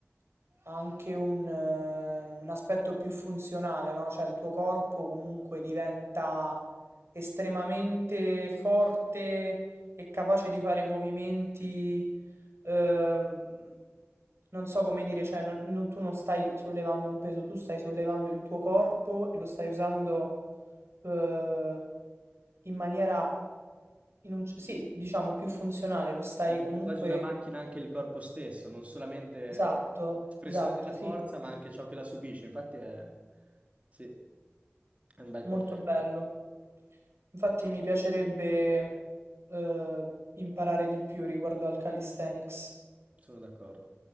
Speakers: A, on the right; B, on the right.
A: ha anche un, eh, un aspetto più funzionale, no? Cioè il tuo corpo comunque diventa estremamente forte e capace di fare movimenti, ehm, non so come dire, cioè non- non- tu non stai sollevando un peso, tu stai sollevando il tuo corpo e lo stai usando eh, in maniera in un- sì, diciamo più funzionale, lo stai
B: Diventa
A: comunque
B: quasi una macchina anche il corpo stesso, non solamente
A: esatto,
B: espressione
A: esatto,
B: della
A: sì,
B: forza, ma anche ciò che la subisce. Infatti è, sì, è un bel concetto,
A: molto bello. Infatti mi piacerebbe eh, imparare di più riguardo al calisthenics.
B: sono d'accordo.